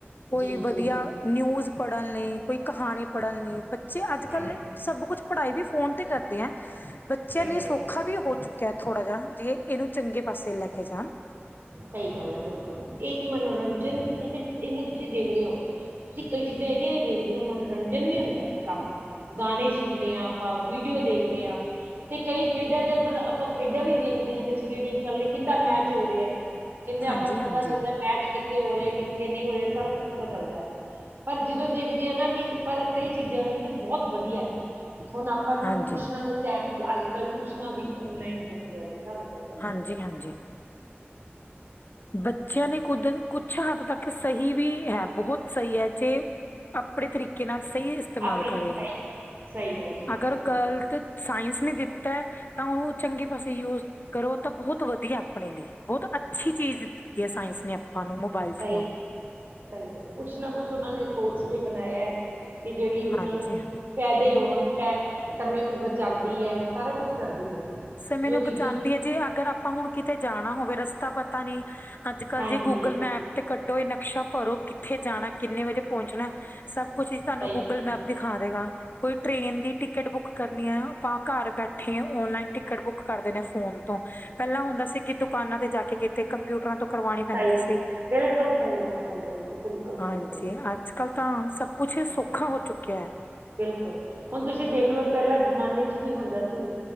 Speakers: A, on the left; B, on the right.
A: ਕੋਈ
B: ਜੀ
A: ਵਧੀਆ
B: ਜੀ ਜੀ
A: ਨਿਊਜ਼ ਪੜ੍ਹਨ ਲਈ ਕੋਈ ਕਹਾਣੀ ਪੜ੍ਹਨ ਲਈ ਬੱਚੇ ਅੱਜ
B: ਹਾਂਜੀ
A: ਕੱਲ ਸਭ ਕੁਛ ਪੜ੍ਹਾਈ ਵੀ ਫੋਨ ਤੇ ਕਰਦੇ ਐ ਬੱਚਿਆਂ
B: ਸਹੀ
A: ਲਈ
B: ਗੱਲ
A: ਸੌਖਾ
B: ਹੈ
A: ਵੀ ਹੋ ਚੁੱਕਿਆ ਥੋੜਾ ਜਿਆ ਜੇ ਇਹਨੂੰ ਚੰਗੇ ਪਾਸੇ ਲੈ ਕੇ ਜਾਣ
B: ਸਹੀ ਗੱਲ ਹੈ ਬਿਲਕੁਲ ਇਹ ਇੱਕ ਮਨੋਰੰਜਨ ਇਹਦੇ ਇਹਦੇ ਤੁਸੀਂ ਦੇਖਦੇ ਹੋ ਤੁਸੀਂ ਕਈ ਚੀਜ਼ਾਂ ਇਹਦੀਆਂ ਵੀ ਵੇਖਦੇ ਹੋ ਮਨੋਰੰਜਨ ਵੀ ਹੁੰਦਾ ਹੈ ਕਾਫ਼ੀ ਗਾਣੇ ਸੁਣਦੇ ਹਾਂ ਆਪਾਂ ਵੀਡੀਓ ਦੇਖਦੇ ਆ ਤੇ ਕਈ ਖੇਡਾਂ ਦੇ ਪਰ ਆਪਾਂ ਖੇਡਾਂ ਵੀ ਵੇਖਦੇ ਹਾਂ ਇਹਦੇ ਚ ਕਿਹੜੀਆਂ ਚੱਲ ਰਹੀਆ ਕਿੰਦਾ ਮੈਚ ਹੋ ਰਿਹਾ ਕਹਿੰਦੇ ਆਪਾਂ
A: ਹਾਂਜੀ-ਹਾਂਜੀ,
B: ਨੂੰ ਪਤਾ ਚੱਲਦਾ ਮੈਚ ਕਿੱਥੇ ਹੋ ਰਿਹਾ ਕਿੱਥੇ ਨਹੀਂ ਹੋ ਰਿਹਾ ਸਾਰਾ ਕੁੱਛ ਪਤਾ ਚੱਲਦਾ ਪਰ ਜਦੋਂ ਦੇਖਦੇ ਆ ਨਾ ਕਿ ਪਰ ਕਈ ਚੀਜ਼ਾਂ ਵਾਸਤੇ ਬਹੁਤ ਵਧੀਆ ਹੁਣ ਆਪ ਆਪਾਂ ਨੂੰ
A: ਹਾਂਜੀ,
B: ਟਊਸ਼ਨਾਂ ਦੇ ਟਾਈਮ ਚ ਅੱਜ ਕੱਲ੍ਹ ਟਿਊਸ਼ਨਾਂ ਵੀ ਔਨਲਾਈਨ ਹੋ ਗਈਆਂ ਨੇ ਤੁਹਾਨੂੰ ਪਤਾ ਹੀ
A: ਹਾਂਜੀ
B: ਹੈ
A: ਹਾਂਜੀ ਬੱਚਿਆਂ ਲਈ ਕੁਦ ਕੁਛ ਹੱਦ ਤੱਕ ਸਹੀ ਵੀ ਹੈ ਬਹੁਤ ਸਹੀ ਹੈ ਜੇ ਆਪਣੇ ਤਰੀਕੇ ਨਾਲ ਸਹੀ ਇਸਤੇਮਾਲ
B: ਆਪਣੇ
A: ਕਰੇ
B: ਸਹੀ
A: ਜੇ
B: ਗੱਲ ਸਹੀ ਗੱਲ ਕਹੀ
A: ਅਗਰ
B: ਤੁਸੀਂ ਬਿਲਕੁਲ
A: ਗਲਤ ਸਾਇੰਸ ਨੇ ਦਿੱਤਾ ਤਾਂ ਉਹਨੂੰ ਚੰਗੇ ਪਾਸੇ ਯੂਜ ਕਰੋ ਤਾਂ ਬਹੁਤ ਵਧੀਆ ਆਪਣੇ ਲਈ ਬਹੁਤ ਅੱਛੀ ਚੀਜ਼ ਦਿੱਤੀ ਹੈ ਸਾਇੰਸ ਨੇ ਆਪਾਂ ਨੂੰ ਮੋਬਾਇਲ
B: ਸਹੀ
A: ਫੋਨ
B: ਸਹੀ ਹੈ ਕੁਛ ਨਾ ਕੁਛ ਉਹਨਾਂ ਨੇ ਸੋਚ ਕੇ ਬਣਾਇਆ ਕਿ ਜਿਹੜੀ ਉਹਨਾਂ
A: ਹਾਂਜੀ
B: ਨੂੰ ਫਾਇਦੇ ਹੋਣ ਸਮੇਂ ਨੂੰ ਬਚਾਉਂਦੀ ਹੈ ਸਾਰਾ ਕੁਛ ਕਰਦੀ ਹੈ
A: ਸਮੇਂ
B: ਜੋ
A: ਨੂੰ ਬਚਾਉਂਦੀ
B: ਚੀਜ਼ਾਂ
A: ਹੈ ਜੀ ਅਗਰ ਆਪਾਂ ਹੁਣ ਕਿਤੇ ਜਾਣਾ ਹੋਵੇ ਰਸਤਾ ਪਤਾ ਨੀ ਅੱਜ ਕੱਲ
B: ਹਾਂਜੀ
A: ਜੀ ਗੂਗਲ ਮੈਪ ਤੇ ਕੱਢੋ ਇਹ ਨਕਸ਼ਾ ਭਰੋ ਕਿੱਥੇ ਜਾਣਾ ਕਿੰਨੇ ਵਜੇ ਪਹੁੰਚਣਾ। ਸਭ ਕੁਛ ਹੀ ਸਾਨੂੰ
B: ਸਹੀ
A: ਗੂਗਲ
B: ਗੱਲ
A: ਮੈਪ ਦਿਖਾ ਦੇਏਗਾ ਕੋਈ ਟ੍ਰਰੇਨ ਦੀ ਟਿਕਟ ਬੁੱਕ। ਕਰਨੀਆਂ ਆਪਾਂ ਘਰ ਬੈਠੇ ਔਨਲਾਈਨ। ਟਿਕਟ ਬੁੱਕ ਕਰ ਦਿਨੇ ਫੋਨ ਤੋਂ ਪਹਿਲਾਂ ਹੁੰਦਾ ਸੀ ਕਿ ਦੁਕਾਨਾਂ ਤੇ ਜਾ ਕੇ ਕਿਤੇ ਕੰਪਿਊਟਰਾਂ ਤੋਂ। ਕਰਵਾਉਣੀ ਪੈਂਦੀ
B: ਸਹੀ
A: ਸੀ
B: ਗੱਲ ਬਿਲਕੁਲ ਸਹੀ ਗੱਲ ਕਹੀ ਹੈ ਤੁਸੀਂ ਬਿਲਕੁਲ
A: ਹਾਂਜੀ
B: ਸਹੀ
A: ਅੱਜ ਕੱਲ ਤਾਂ ਸਬ। ਕੁਛ
B: ਗੱਲ
A: ਸੌਖਾ ਹੋ ਚੁੱਕਿਆ ਹੈ।
B: ਬਿਲਕੁਲ ਹੁਣ ਤੁਸੀਂ ਦੇਖ ਲਓ ਪਹਿਲਾਂ ਜ਼ਮਾਨੇ ਚ ਕੀ ਹੁੰਦਾ ਸੀ।